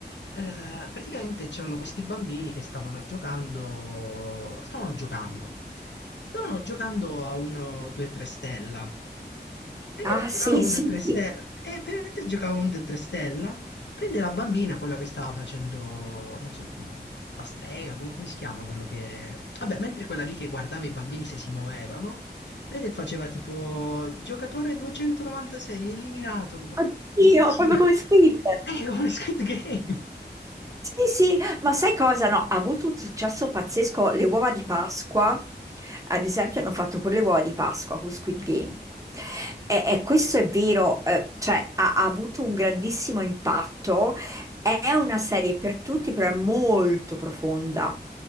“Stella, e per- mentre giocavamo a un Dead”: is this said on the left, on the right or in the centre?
Left